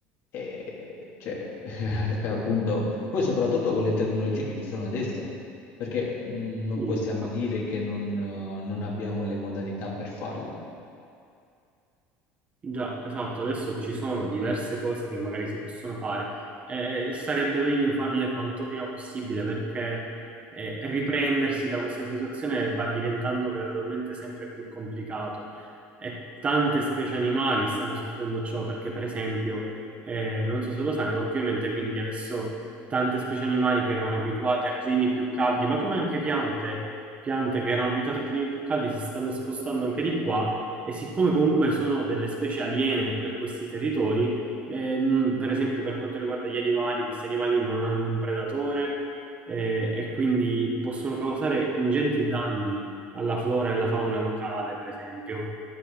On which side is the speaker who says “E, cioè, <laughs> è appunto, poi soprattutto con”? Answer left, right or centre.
Left